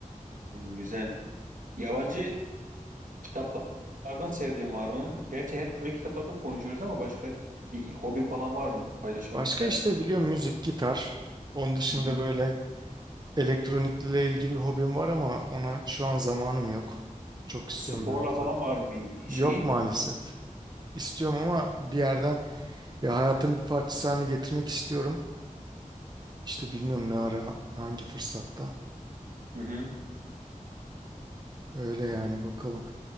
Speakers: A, on the right (about 70°); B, on the right (about 30°).
A: Hı, Güzel. Yabancı kitaplardan sevdiğin var mı? Gerçi hep böyle kitaplardan konuşuyoruz ama başka bir hobin falan var mı? Paylaşmak
B: Başka
A: ister
B: işte
A: misin?
B: biliyorum müzik, gitar. Onun dışında
A: Hı hı.
B: böyle elektronikle ilgili bir hobim var ama ona şu an zamanım yok. Çok istiyorum
A: Sporla
B: böyle falan.
A: falan var mı bir
B: Yok
A: şeyi?
B: maalesef. İstiyorum ama bir yerden ya hayatın bir parçası haline getirmek istiyorum. İşte bilmiyorum ne ara, hangi fırsatta.
A: Hı hı.
B: Öyle yani bakalım.